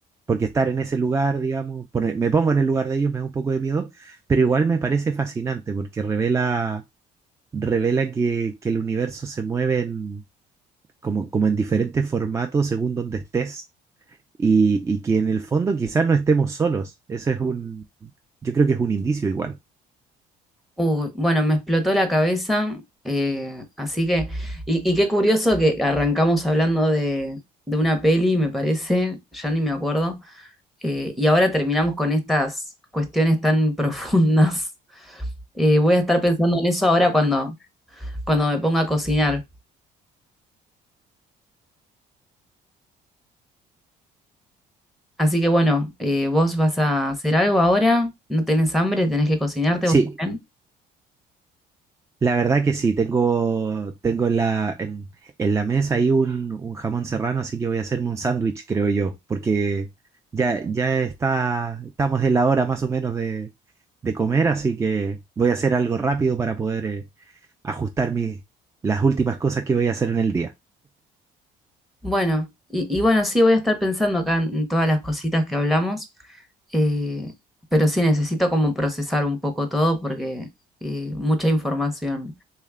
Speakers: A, on the right; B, in the centre.
A: porque estar en ese lugar, digamos, pone- me pongo en el lugar de ellos, me da un poco de miedo, pero igual me parece fascinante porque revela, revela que, que el universo se mueve en- como, como en diferentes formatos según donde estés y, y que en el fondo quizás no estemos solos. Ese es un, yo creo que es un indicio igual.
B: Uy, bueno, me explotó la cabeza, eh, así que, y, y qué curioso que arrancamos hablando de, de una peli, me parece, ya ni me acuerdo, eh, y ahora terminamos con estas cuestiones tan <laughs> profundas. Eh, voy a estar pensando en eso ahora cuando, cuando me ponga a cocinar. Así que bueno, eh, ¿vos vas a hacer algo ahora? ¿No tenés hambre? ¿Tenés que cocinarte
A: Sí,
B: vos también?
A: La verdad que sí, tengo, tengo en la, en, en la mesa ahí un, un jamón serrano, así que voy a hacerme un sándwich, creo yo, porque ya, ya está, estamos en la hora más o menos de, de comer, así que voy a hacer algo rápido para poder eh, ajustar mis, las últimas cosas que voy a hacer en el día.
B: Bueno, y, y bueno, sí voy a estar pensando acá en todas las cositas que hablamos, eh, pero sí necesito como procesar un poco todo porque eh, mucha información.